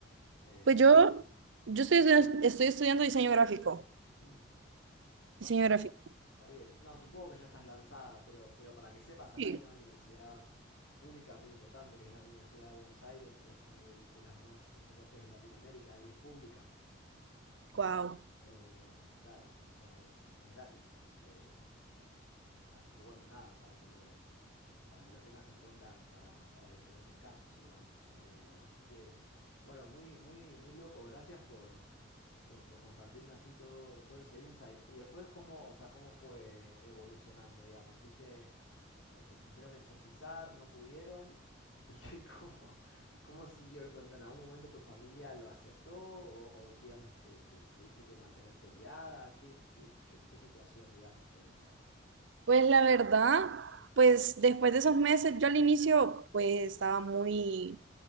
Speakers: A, on the left; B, on the right.
A: eh,
B: Pues yo, yo estoy, estudiando- estoy estudiando diseño gráfico.
A: mm. Bueno,
B: Diseño gráfico.
A: está bien. No, supongo que ya estás lanzada, pero, pero para que sepas, acá
B: Sí.
A: hay una universidad pública muy importante, que es la Universidad de Buenos Aires, es como del- de, las más importantes de Latinoamérica y es pública.
B: Wow.
A: Eh, claro, o sea, es, es gratis. Em, Así que bueno, nada, para que lo, para que lo tengas en cuenta para, para diferentes casos igual. Eh, así que, bueno, muy, muy, muy loco. Gracias por, por, por compartirme así todo, todo ese insight. Y después, ¿cómo, o sea, cómo fue evolucionando, digamos? ¿Fuiste, eh, te quisieron exorcizar, no pudieron? ¿Y qué- <laughs> cómo, cómo siguió el cuento? ¿En algún momento tu familia lo aceptó o, o, digamos, te, te tuviste que mantener peleada? ¿Qué, qué, qué, qué situación, digamos, tenés ahora?
B: Pues la verdad, pues después de esos meses, yo al inicio pues estaba muy